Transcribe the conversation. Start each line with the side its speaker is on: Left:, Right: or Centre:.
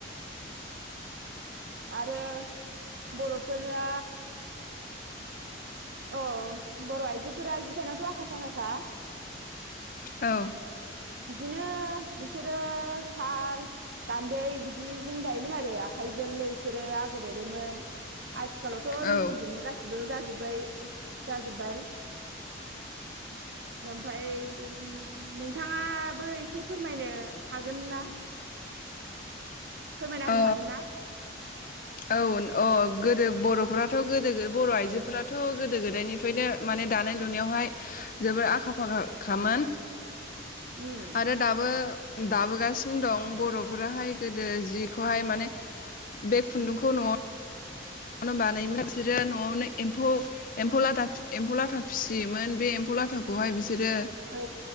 Right: आरो बर'फोरा औ बर' आइजोफोरा जिदानायावथ' आखा फाखाखा
Left: औ
Right: बिदिनो बिसोरो साल गान्दै बिदिजों दायोमोन आरो आखाइजोंनो बिसोरो आगर एरोमोन आथिखालावथ'
Left: औ
Right: मेसिनजोंनो गासिबो जाजोब्बाय जाजोब्बाय ओमफ्राय नों नोंथाङाबो एसे फोरमायनो हागोन ना फोरमायना होनो
Left: अ
Right: हागोन ना
Left: औ अ गोदो बर'फोराथ' गोदो बर' आइजोफोराथ' गोदो गोदायनिफ्रायनो माने दानाय लुनायावहाय जोबोर आखा फाखाखामोन
Right: उम
Left: आरो दाबो दाबोगासिनो दं बर'फोराहाय गोदो जिखौहाय माने बे खुन्दुंखौ न'आव नो बानायोमोन बिसोरो न'आवनो एम्फौ एम्फौ लाथा एम्फौ लाथा फिसियोमोन बे एम्फौ लाथाखौहाय बिसोरो
Right: औ